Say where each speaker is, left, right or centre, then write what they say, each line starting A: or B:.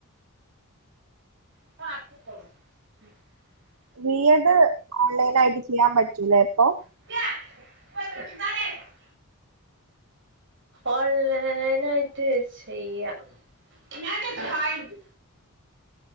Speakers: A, on the right; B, on the right.
A: <unintelligible>
B: ബി എഡ് ഓൺലൈനായിട്ട് ചെയ്യാൻ പറ്റൂലെ പ്പൊ
A: <unintelligible> ഓൾലൈനായിട്ട് ചെയ്യാ <unintelligible>